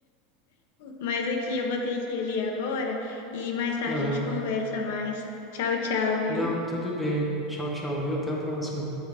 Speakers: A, on the left; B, in the centre.
A: Mas aqui eu vou ter que ir ali agora e mais tarde
B: Aham.
A: a gente conversa mais. Tchau, tchau, viu?
B: Não, tudo bem. Tchau, tchau, viu? Até a próxima.